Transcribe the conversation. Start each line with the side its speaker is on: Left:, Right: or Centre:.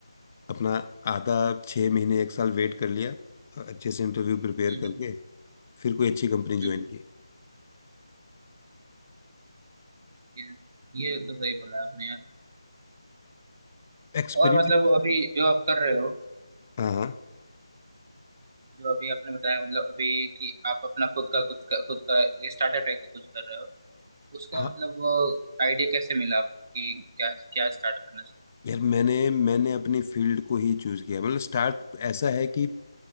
Left: अपना आधा छः महीने एक साल वेट कर लिया अच्छे से इंटरव्यू प्रिपेयर
Right: हम्म,
Left: करके फिर कोई अच्छी कंपनी
Right: हम्म,
Left: ज्वाइन
Right: हम्म,
Left: की
Right: ये ये तो सही बोला आपने यार
Left: एक्सपीरियंस
Right: और मतलब अभी जो आप कर रहे हो
Left: हाँ हाँ
Right: जो अभी आपने बताया मतलब अभी कि आप अपना खुद का कुछ का, खुद का स्टार्टर टाइप का कुछ कर रहे हो उसका
Left: हाँ।
Right: मतलब आइडिया कैसे मिला आपको कि क्या क्या स्टार्ट करना चाहिए
Left: यार मैंने मैंने अपनी फील्ड को ही चूज किया मतलब स्टार्ट ऐसा है कि